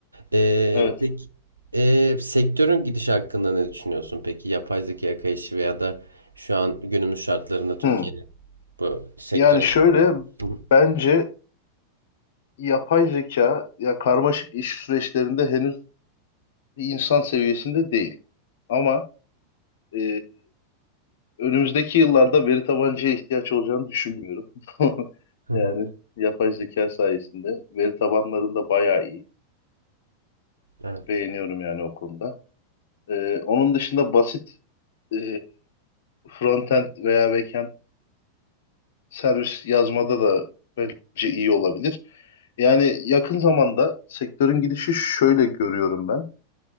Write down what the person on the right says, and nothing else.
Ee,
peki ee, sektörün gidişi hakkında ne düşünüyorsun peki? Yapay zekaya kayışı veya da şu an günümüz şartlarında Türkiye'de
bu sektör
olarak.
Hı hı.
Hı hı.
Evet.